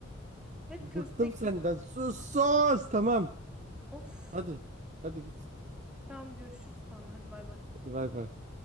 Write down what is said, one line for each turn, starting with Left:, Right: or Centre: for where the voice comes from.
Centre: Hep
Right: Bıktım
Centre: köstek.
Right: senden sus sus tamam.
Centre: Of.
Right: Hadi hadi git.
Centre: Tamam görüşürüz sonra. Hadi bay bay.
Right: Hadi bay bay.